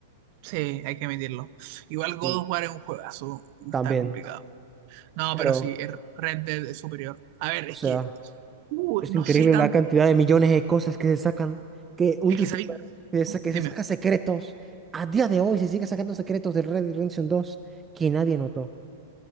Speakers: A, on the right; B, on the right.
A: Sí, hay que admitirlo. Igual God
B: Y
A: of War es un juegazo, uh,
B: también,
A: está complicado. No,
B: pero,
A: pero sí, el Red Dead es superior. A ver,
B: o
A: es
B: sea,
A: que, uh,
B: es
A: no
B: increíble
A: sé tanto.
B: la cantidad de millones de cosas que se sacan, que un
A: Es
B: youtuber
A: que sabéis,
B: que se que
A: dime,
B: se saca secretos, a día de hoy se sigue sacando secretos de Red Dead Redemption dos que nadie notó.